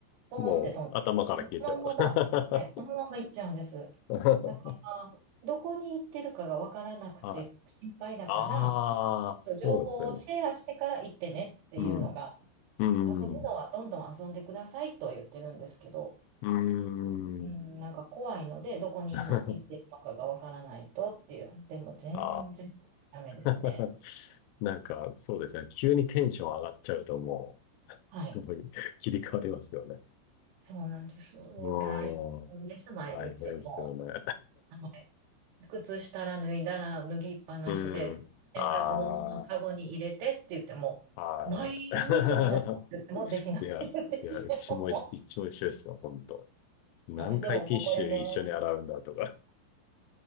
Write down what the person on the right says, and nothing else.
ポーンって飛んで、
もうそのまま、
はい、そのまま行っちゃうんです。
だか
ら、どこに行ってるかが分からなくて心配だから、
情報をシェアしてから行ってねっていうのが、
遊ぶのはどんどん遊んでくださいとは言ってるんですけど、
うん、
なんか怖いので、どこにいな、
行ってるのかがわからないとっていう、でも全然ダメですね。
はい。
そうなんです。もう大変です、
毎日。
もう、あの靴下ら脱いだら脱ぎっぱなしで、
洗濯物のカゴに入れてって言っても、
毎日同じこともできないんですよ。
も
うはい。でももうこれね、